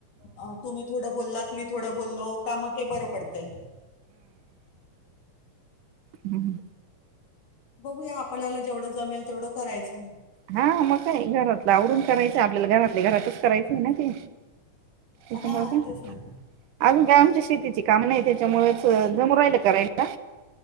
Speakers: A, on the left (about 80°); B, on the right (about 80°).
A: अहो तुम्ही थोडं बोललात, मी थोडं बोललो का, मग ते बरं पडतंय.
B: हम्म
A: बघुया आपल्याला जेवढं जमेल तेवढं करायचं.
B: हा मग काय घरातलं आवरून करायचं आपल्याला घरातले घरातच करायचंय ना ते
A: हा
B: अजून
A: तेच ना
B: काय आमच्या शेतीची काम नाही त्याच्यामुळेच जमू राहिल करायला